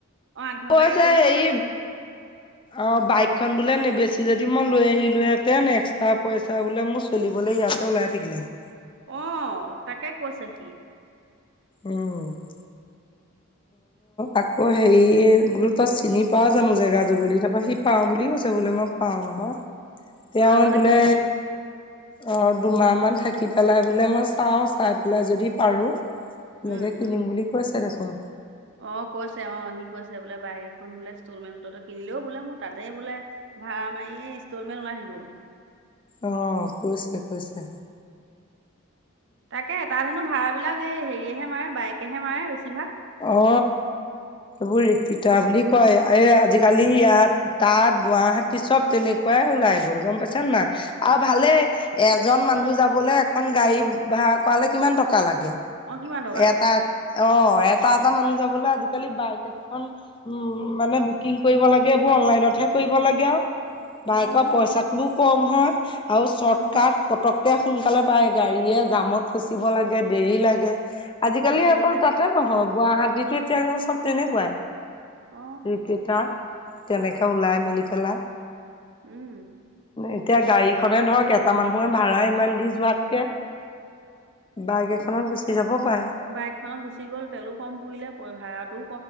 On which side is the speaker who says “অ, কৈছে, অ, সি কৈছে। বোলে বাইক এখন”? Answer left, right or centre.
Right